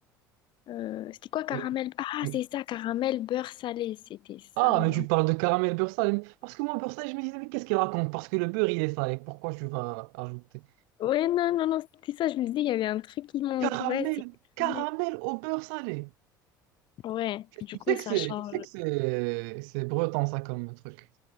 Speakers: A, on the left; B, on the right.
A: euh, c'était quoi, caramel?
B: Et-
A: Ah,
B: mais-
A: c'est ça, caramel beurre salé. C'était ça
B: Ah,
A: le
B: mais
A: nom.
B: tu parles de caramel beurre salé. Parce que moi, beurre salé, je me disais, mais qu'est-ce qu'il raconte? Parce que le beurre, il est salé. Pourquoi tu vas ajouter
A: Ouais, non, non, non, c'était ça. Je me disais, il y avait un truc qui manque.
B: caramel,
A: Ouais, c'est
B: caramel
A: caramel.
B: au beurre salé?
A: Ouais, du
B: Tu
A: coup,
B: sais que
A: ça
B: c'est,
A: change.
B: tu sais que c'est, c'est breton, ça, comme truc.